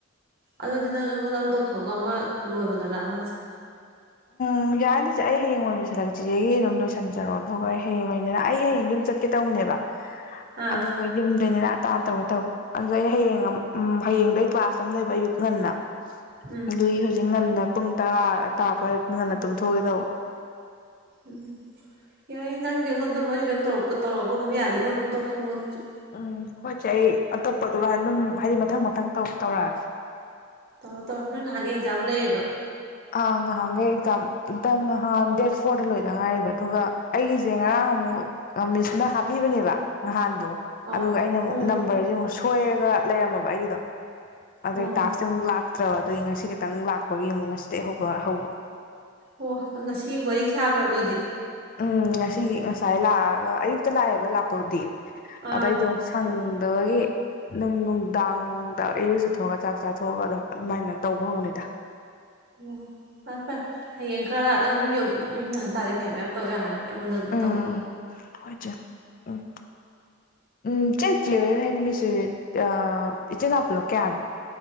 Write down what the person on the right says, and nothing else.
ꯑꯗꯨꯗꯤ ꯅꯪ ꯑꯩꯉꯣꯟꯗ ꯑꯃ ꯇꯧꯊꯣꯛꯑꯒ ꯑꯃ ꯂꯣꯏꯔꯣꯗꯅ ꯑꯃ
ꯑꯥ
ꯎꯝ
ꯎꯝ ꯌꯥꯏ ꯅꯪꯒꯤ ꯑꯩꯉꯣꯟꯗ ꯃꯔꯤꯔꯛ ꯇꯧꯔꯛꯄ ꯇꯧꯔꯛꯄ ꯑꯗꯨꯝ ꯌꯥꯅꯤꯉꯣ ꯑꯗꯨꯝ ꯇꯧꯊꯣꯔꯛꯑꯣ ꯅꯪꯁꯨ
ꯇꯧꯔꯣ ꯇꯧꯔꯣ ꯅꯣꯏ ꯅꯍꯥꯟꯒꯩ ꯑꯦꯛꯖꯥꯝ ꯂꯩꯔꯤꯔꯣ
ꯑꯣ
ꯑꯣ
ꯑꯣ
ꯑꯣ ꯅꯪ ꯉꯁꯤ ꯋꯥꯔꯤ ꯁꯥꯒꯔꯕꯣ ꯑꯗꯨꯗꯤ
ꯑꯥ
ꯑꯣ ꯐꯔꯦ ꯐꯔꯦ ꯍꯌꯦꯡ ꯈꯔ ꯅꯪ ꯌꯨꯝ ꯌꯧ ꯌꯨꯝꯗ ꯍꯟꯇꯥꯔꯗꯤ ꯈꯩ ꯃꯌꯥꯝ ꯇꯧ ꯌꯥꯔꯅꯤ ꯑꯩꯉꯣꯟꯗ ꯑꯗꯨꯝ
ꯇꯧꯔꯛꯑꯣ